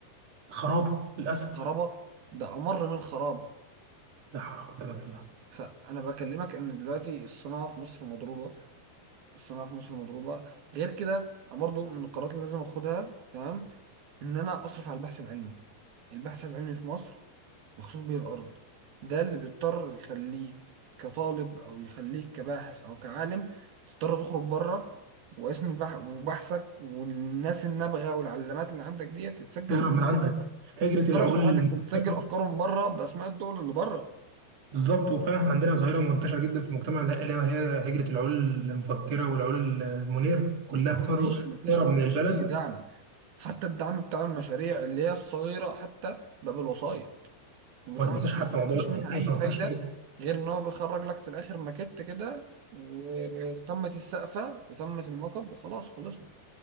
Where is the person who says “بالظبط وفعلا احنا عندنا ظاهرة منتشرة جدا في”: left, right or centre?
Right